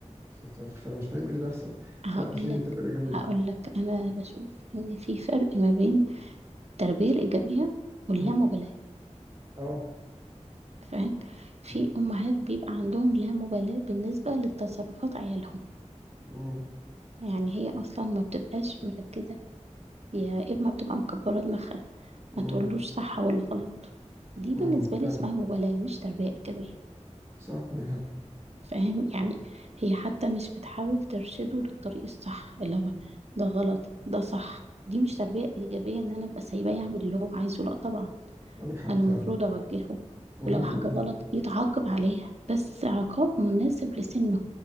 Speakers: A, on the right; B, on the right.
A: ف... ف... فانا مش فاهم ايه اللي بيحصل
B: هقول
A: فلا مش هي
B: لك
A: دي التربيه الايجابيه
B: هقول لك انا بشوف ان في فرق ما بين التربية الإيجابية واللامبالاة
A: امم اه
B: فاهم في
A: امم
B: امهات بيبقى عندهم لا مبالاة بالنسبة لتصرفات عيالهم
A: امم
B: يعني هي أصلا ما بتبقاش مركزة يا إما بتبقى مكبرة دماغها
A: امم
B: ما تقولوش صح ولا غلط دي
A: امم
B: بالنسبة
A: فاهم
B: لي اسمها مبالاة مش تربية إيجابية
A: صح عندك حق
B: فاهم يعني هي حتى مش بتحاول ترشده للطريق الصح اللي هو ده غلط ده صح دي مش تربية إيجابية إن أنا أبقى سايباه يعمل اللي هو عايزه لأ طبعا
A: عندك حق
B: أنا
A: فعلا
B: المفروض أوجهه
A: امم
B: ولو
A: أمم.
B: حاجة غلط يتعاقب عليها بس عقاب مناسب لسنه